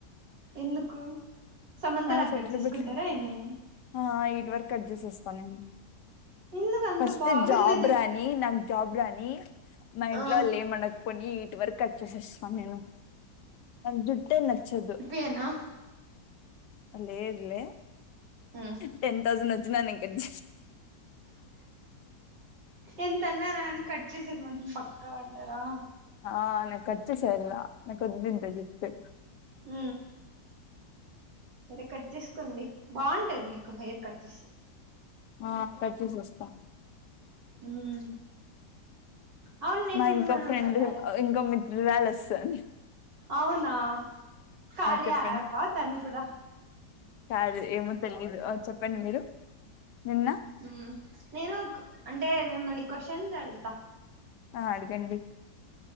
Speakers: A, on the right; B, on the left.
A: ఎందుకు సమంత
B: ఆ
A: లాగా
B: షట్లు
A: కట్ చేసుకుంటారా
B: బిట్
A: ఏమి
B: ఆ ఇట్ వరకు కట్ చేసేస్తాన్ నేను
A: ఎందుకు అంత
B: ఫస్ట్
A: బాగుంది
B: జాబ్
A: జుట్టు
B: రాని నాక్ జాబ్ రాని మా ఇంట్లో
A: ఆ
B: వాళ్ళు ఏం మనకపోని ఇటువరకు కట్ చేసేస్తాన్ నేను నాకు జుట్టే నచ్చదు
A: హెన్నా
B: లేదిలే
A: ఉమ్
B: టెన్ థౌసండ్ వచ్చినా నేన్ కట్ చేసే
A: ఎంతన్నారాని కట్ చేసేది మాత్రం పక్కా అంటారా
B: ఆ నే కట్ చేసేలా నా కొద్దింత జుట్టు
A: ఊ సరే కట్ చేస్కోండి బాంటది మీకు హెయిర్ కట్ చేస్తే
B: ఆ కట్ చేసేస్తా
A: ఉమ్ అవును నేను
B: నా
A: మిమ్మల్ని
B: ఇంకో ఫ్రెండు
A: ఒకటి అడగ
B: ఇంకో మిత్రురాలొస్తది
A: అవునా కార్యయాప్
B: చెప్పండి
A: ఆ తన్ కూడా
B: కాదు ఏమో తెలీదు ఆ చెప్పండి మీరు నిన్న
A: హూ నేను అంటే మిమ్మల్ని క్వశ్చన్స్ అడుగుతా
B: ఆ అడగండి